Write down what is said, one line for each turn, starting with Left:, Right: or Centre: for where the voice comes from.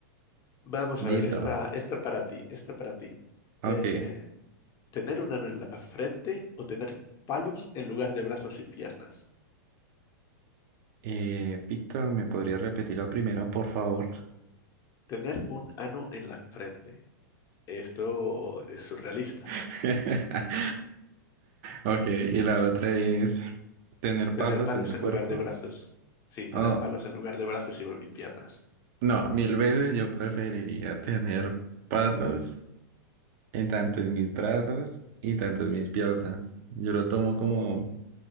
Left: Vamos
Right: Listo.
Left: a ver, esta, esta para ti, esta para ti.
Right: Ok.
Left: Eh, ¿tener un ano en la frente o tener palos en lugar de brazos y piernas?
Right: Eh, Víctor, ¿me podría repetir la primera, por favor?
Left: Tener un ano en la frente. Esto es surrealista.
Right: <laughs> Ok, y la otra es tener
Left: Tener
Right: palos
Left: palos
Right: en el
Left: en
Right: cuerpo.
Left: lugar de brazos. Sí, tener
Right: Oh,
Left: palos en lugar de brazos y y piernas.
Right: no, mil veces yo preferiría tener palos en tanto en mis brazos y tanto en mis piernas. Yo lo tomo como